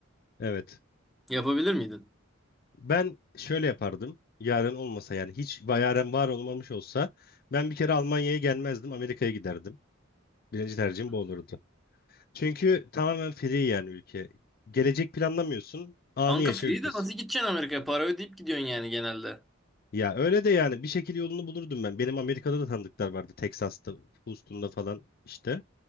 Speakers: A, on the left; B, in the centre.
A: Evet.
B: Yapabilir miydin?
A: Ben şöyle yapardım. Yaren olmasa yani hiç va- Yaren var olmamış olsa ben bir kere Almanya'ya gelmezdim. Amerika'ya giderdim. Birinci tercihim bu olurdu. Çünkü tamamen free yani ülke. Gelecek planlamıyorsun. Anı
B: Kanka
A: yaşa
B: free
A: ülkesi.
B: de nasıl gideceksin Amerika'ya? Para ödeyip gidiyorsun yani genelde.
A: Ya öyle de yani bir şekilde yolunu bulurdum ben. Benim Amerika'da da tanıdıklar vardı. Texas'ta, Houston'da falan işte.